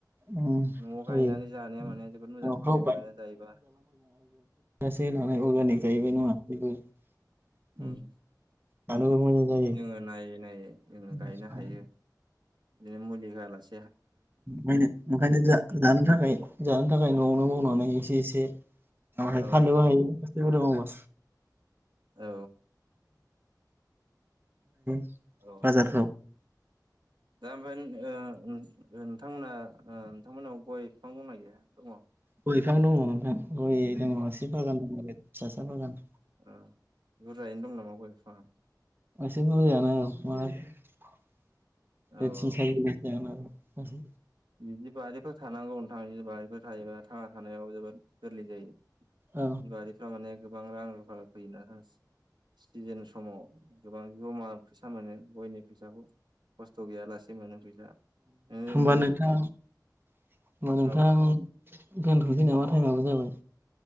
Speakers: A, on the right; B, on the right.
A: उम
B: नआव
A: जायो
B: गायनानै जानाया माने जोबोद मोजां
A: न'फ्राव
B: नआव गायनानै जायोबा
A: <unintelligible> अर्गानिक जायैबाय नङा बेबो <inaudible>
B: ओं
A: जानोबो मोजां जायो।
B: जोङो नायै नायै जोङो
A: ओंखायनो
B: गायनो हायो बेनो मुलि होयालास
A: खायनो ओंखायनो जोहा जानो थाखाय जानो थाखाय नआवनो मावनानै एसे एसे
B: औ
A: फाननोबो
B: नोंथां
A: हायो एसे बुरजा मावबा
B: औ
A: <unintelligible>
B: औ
A: बाजारफ्राव
B: नोंथां
A: ओंखायनो।
B: दा होनबा नों ओ ओं ओ नोंथांमोना ओ नोंथांमोनाव गय फिफां दंना गैया दङ
A: गय बिफां दङ नोंथां गय दङ एसे बागान दङलाय फिसासा बागान
B: ओ बुरजायैनो दं नामा गय बिफाङा
A: एसे बुरजायानो औ मा होनो
B: औ
A: तिन
B: औ
A: सारि बिघासो जानो हागौ <unintelligible>
B: बिदि बारिफ्राव थानांगौ नोंथा बि बारिफोर थायोबा थांना थानायाव जोबोद गोरलै जायो
A: औ
B: बि बारिफ्रा माने गोबां रां रुफा फैयोना <unintelligible> स्थिजेन समाव गोबा जमा फैसा मोनो गयनि फैसाखौ खस्थ गैया लासे मोनो फैसा ओं
A: औ नोंथ नोंगौ नोंथां
B: औ
A: गानथनोसै नामा टाइमाबो जाबाय